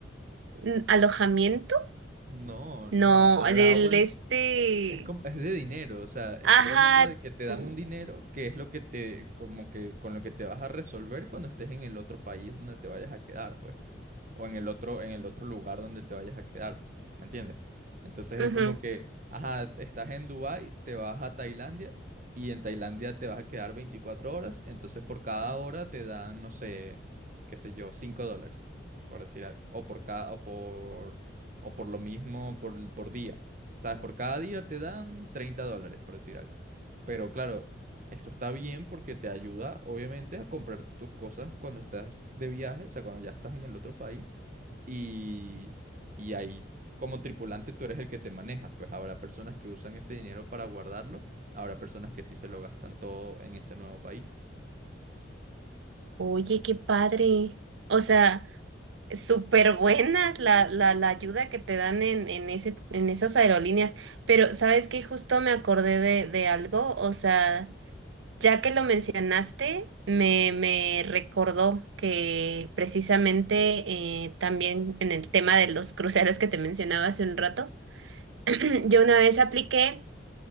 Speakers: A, on the right (about 75°); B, on the right (about 40°).
A: mm, alojamiento,
B: No,
A: no,
B: no, allowance
A: del este,
B: Es como, es de dinero, o sea, estoy
A: ajá,
B: hablando de que te dan
A: tú,
B: un dinero que es lo que te, como que con lo que te vas a resolver cuando estés en el otro país donde te vayas a quedar, pues, o en el otro, en el otro lugar donde te vayas a quedar, ¿me entiendes? Entonces
A: ujú.
B: es como que, ajá, estás en Dubái, te vas a Tailandia y en Tailandia te vas a quedar 24 horas, entonces por cada hora te dan, no sé, qué sé yo, 5 dólares, por decir algo, o por cada, o por, o por lo mismo por, por día. ¿Sabes? Por cada día te dan 30 dólares, por decir algo. Pero claro, eso está bien porque te ayuda, obviamente, a comprarte tus cosas cuando estás de viaje, o sea, cuando ya estás en el otro país. Y, y ahí, como tripulante, tú eres el que te manejas. Pues habrá personas que usan ese dinero para guardarlo, habrá personas que sí se lo gastan todo en ese nuevo país.
A: Oye, qué padre, o sea, súper buenas la, la, la ayuda que te dan en, en ese, en esas aerolíneas, pero ¿sabes qué? Justo me acordé de, de algo, o sea. Ya que lo mencionaste, me, me recordó que precisamente eh, también en el tema de los cruceros que te mencionaba hace un rato, <clears throat> yo una vez apliqué,